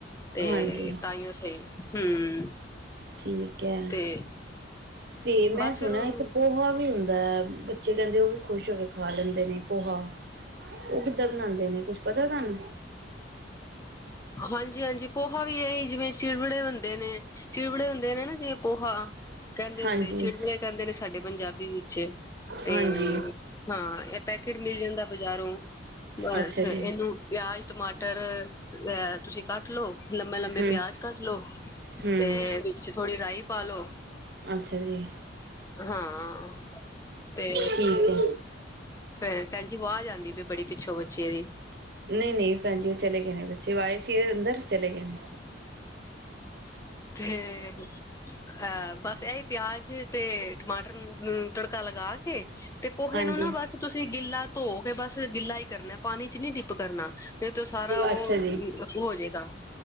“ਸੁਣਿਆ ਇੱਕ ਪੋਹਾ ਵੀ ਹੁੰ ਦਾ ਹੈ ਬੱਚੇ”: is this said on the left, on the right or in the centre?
Right